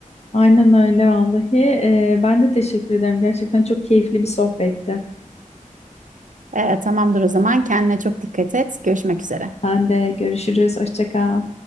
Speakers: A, on the left; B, on the right.
A: Aynen öyle vallahi. E, ben de teşekkür ederim. Gerçekten çok keyifli bir sohbetti.
B: Ee, tamamdır o zaman. Kendine çok dikkat et. Görüşmek üzere.
A: Ben de görüşürüz. Hoşça kal.